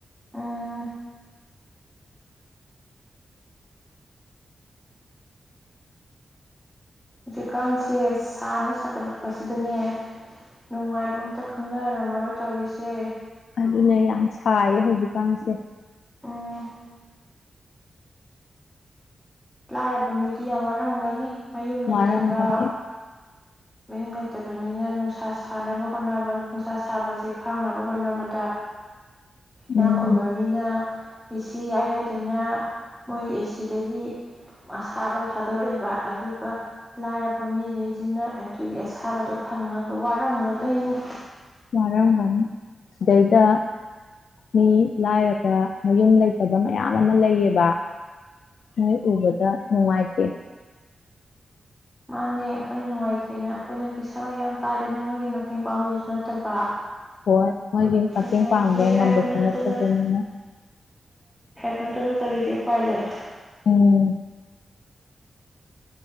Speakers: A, in the centre; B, on the left (about 70°).
A: ꯎꯝ ꯍꯧꯖꯤꯛꯀꯥꯟꯁꯦ ꯁꯥꯅ ꯁꯥꯒꯠꯂꯛꯄꯁꯤꯗꯅꯦ ꯅꯨꯡꯉꯥꯏꯕ ꯑꯝꯇ ꯈꯪꯅꯔꯝꯃꯔꯣꯏ ꯇꯧꯔꯤꯁꯦ
B: ꯑꯗꯨꯅꯦ ꯌꯥꯝ ꯁꯥꯏꯌꯦ ꯍꯧꯖꯤꯛꯀꯥꯟꯁꯦ
A: ꯎꯝ ꯂꯥꯏꯔꯕ ꯃꯤꯗꯤ ꯌꯥꯝ ꯋꯥꯔꯝꯒꯅꯤ ꯃꯌꯨꯝ ꯂꯩꯇꯕ
B: ꯋꯥꯔꯝꯒꯅꯤ
A: ꯃꯌꯨꯝ ꯂꯩ ꯐꯠꯇꯕꯅꯤꯅ ꯅꯨꯡꯁꯥ ꯁꯥꯅꯕ ꯍꯣꯠꯅꯕ ꯅꯨꯡꯁꯥ ꯁꯥꯕꯁꯦ ꯈꯥꯡꯅꯕ ꯍꯣꯠꯅꯕꯗ
B: ꯎꯝ
A: ꯏꯅꯥ ꯈꯨꯨꯝꯕ ꯃꯤꯅ ꯑꯦꯁꯤ ꯌꯥꯏ ꯌꯥꯏꯗꯅ ꯃꯣꯏ ꯑꯦꯁꯤꯗꯒꯤ ꯑꯁꯥꯕꯗ ꯊꯥꯗꯣꯔꯛꯏꯕ ꯑꯗꯨꯒ ꯂꯥꯏꯔꯕ ꯃꯤꯒꯩꯁꯤꯅ ꯑꯗꯨꯒꯤ ꯑꯁꯥꯕꯗꯣ ꯐꯪꯉꯒ ꯋꯥꯔꯝꯒꯗꯣꯏꯅꯤ
B: ꯋꯥꯔꯝꯒꯅꯤ ꯁꯤꯗꯩꯗ ꯃꯤ ꯂꯥꯏꯔꯕ ꯃꯌꯨꯝ ꯂꯩꯇꯕ ꯃꯌꯥꯝ ꯑꯃ ꯂꯩꯌꯦꯕ ꯃꯤ ꯎꯕꯗ ꯅꯨꯡꯉꯥꯏ ꯑꯦ
A: ꯃꯥꯅꯦ ꯑꯩꯈꯣꯏꯅ ꯅꯨꯡꯉꯥꯏꯇꯦꯅ ꯑꯩꯈꯣꯏꯅ ꯄꯩꯁꯥ ꯌꯥꯝ ꯄꯥꯏꯗꯅ ꯃꯣꯏꯒꯤ ꯃꯇꯦꯡ ꯄꯥꯡꯕꯤꯗꯨꯁꯨ ꯅꯠꯇꯕ
B: ꯍꯣꯏ ꯃꯣꯏꯒꯤ ꯃꯇꯦꯡ
A: ꯅꯨꯡꯉꯥꯏꯇꯦ
B: ꯄꯥꯡꯕ
A: ꯍꯥꯏꯕ
B: ꯉꯝꯕꯁꯨ
A: ꯅꯠꯇꯅ
B: ꯅꯠꯇꯕꯅꯤꯅ
A: ꯑꯗꯨꯅ ꯀꯔꯤꯗꯤ ꯎꯄꯥꯏ ꯂꯩ
B: ꯎꯝ